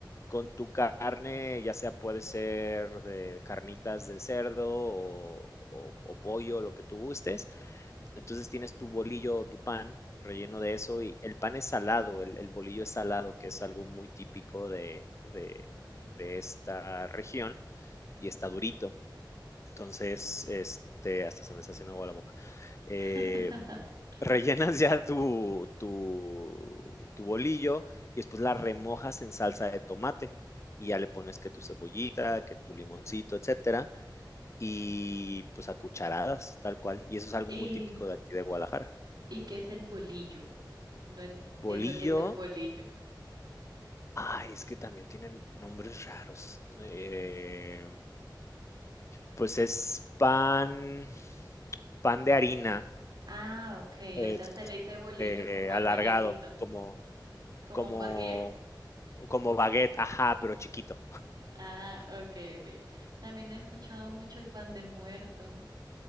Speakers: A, on the left; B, on the right.
A: Con tu carne, ya sea puede ser de carnitas de cerdo o, o- o pollo, lo que tú gustes. Entonces tienes tu bolillo o tu pan relleno de eso y el pan es salado, el, el bolillo es salado, que es algo muy típico de, de- de esta región y está durito. Entonces, este, hasta se me está haciendo agua la boca. Eh,
B: <laughs>
A: Rellenas <laughs> ya tu tu tu bolillo y después la remojas en salsa de tomate, y ya le pones que tu cebollita, que tu limoncito, etcétera, y pues a cucharadas, tal cual, y eso es algo
B: Y
A: muy típico de aquí de Guadalajara.
B: ¿Y qué es el bolillo? No entiendo
A: Bolillo,
B: qué es el bolillo.
A: ay, es que también tienen nombres raros, eh, pues es pan pan de harina,
B: Ah, ok,
A: este,
B: o sea, se le dice bolillo como
A: alargado,
B: al panecito,
A: como
B: como
A: como
B: un baguette.
A: Como baguette, ajá, pero chiquito.
B: Ah, ok, ok. También he escuchado mucho el pan de muerto.